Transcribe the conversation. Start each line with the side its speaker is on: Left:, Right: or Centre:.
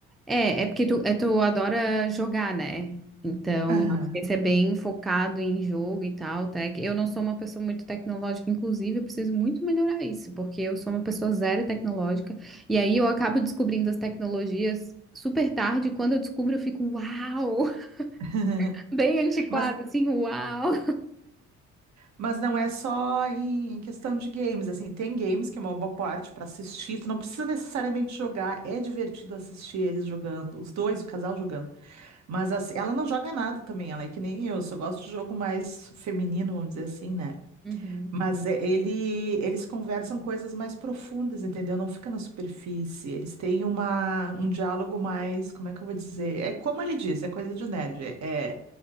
Centre: É, é porque tu, é, tu adora jogar, né? Então,
Right: Aham.
Centre: acho que esse é bem focado em jogo e tal, tec. Eu não sou uma pessoa muito tecnológica, inclusive, eu preciso muito melhorar isso, porque eu sou uma pessoa zero tecnológica, e aí eu acabo descobrindo as tecnologias super tarde, e quando eu descubro, eu fico, uau!
Right: <laughs>
Centre: <laughs> Bem antiquado,
Right: Mas
Centre: assim, uau!
Right: Mas não é só em em questão de games, assim, tem games que é uma boa parte para assistir, tu não precisa necessariamente jogar, é divertido assistir eles jogando, os dois, o casal jogando. Mas assim, ela não joga nada também, ela é que nem eu, só gosto de jogo mais feminino, vamos dizer assim, né?
Centre: Uhum,
Right: Mas é- ele, eles conversam coisas mais profundas, entendeu? Não fica na superfície. Eles têm uma, um diálogo mais, como é que eu vou dizer? É como ele disse, é coisa de nerd. É, é-